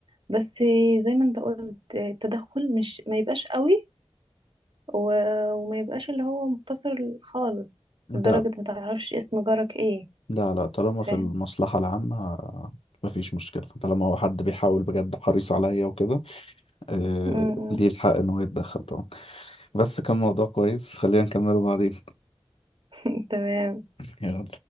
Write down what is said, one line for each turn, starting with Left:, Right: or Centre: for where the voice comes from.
Right: بس زي ما انت قلت التدخل مش ما يبقاش قوي و- وما يبقاش اللي هو مقتصر خالص لدرجة
Left: ده
Right: ما تعرفش اسم جارك ايه
Left: لا لا طالما في
Right: فاهم
Left: المصلحة العامة مفيش مشكلة طالما هو حد بيحاول بجد حريص عليا وكده آه
Right: م- م.
Left: ليه الحق إنه يتدخل طبعا بس كان موضوع كويس خلينا نكمله بعدين
Right: <laughs> تمام
Left: <laughs> يلا